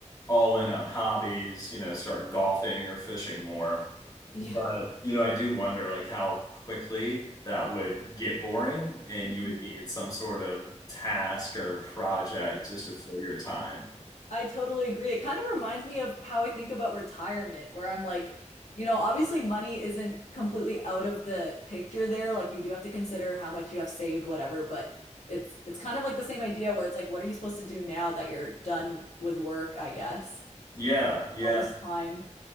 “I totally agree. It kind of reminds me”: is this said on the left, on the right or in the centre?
Left